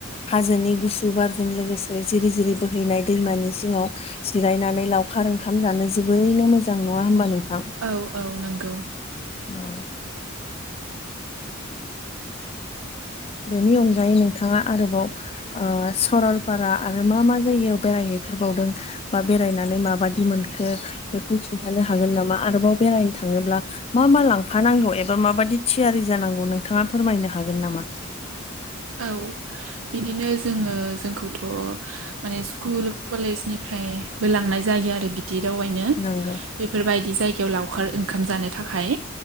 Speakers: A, on the left (about 30°); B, on the right (about 75°).
A: हाजोनि गुसु बारजों लोगोसे जिरि जिरि बोहैनाय दैमानि जिङाव जिरायनानै लाव खार ओंखाम जानो जोबोरैनो मोजां नङा होमबा नों थां
B: औ औ नंगौ
A: औ बेनि अनगायै नोंथाङा आरोबाव ओ सरलपारा आरो मा मा जायगायाव बेरायहैयो हैफेरबावदों बा बेरायनानै मा बादि मोनखो बेखौ खिनथानो हागोन नाम आरोबाव बेराय थाङोब्ला मा मा लांफानांगौ एबा माबायदि थियारि जानांगौ नोंथाङा फोरमायनो हागोन नामा?
B: औ बिदिनो जोङो जोंखौथ' माने स्कुल कलेजनिफ्राय बो लांनाय जायो आरो बिदि दावबायनो
A: नंगौ
B: बेफोरबायदि बिदि जायगायाव लावखार ओंखाम जानो थाखाय